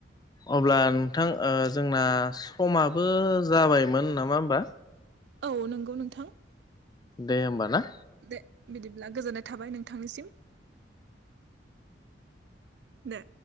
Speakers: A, on the left (about 20°); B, on the right (about 65°).
A: अब्ला नोंथां जोंना समाबो जाबायमोन नामा होमबा
B: औ नंगौ नोंथां
A: दे होमबा ना
B: दे बिदिब्ला गोजोननाय थाबाय नोंथांनिसिम दे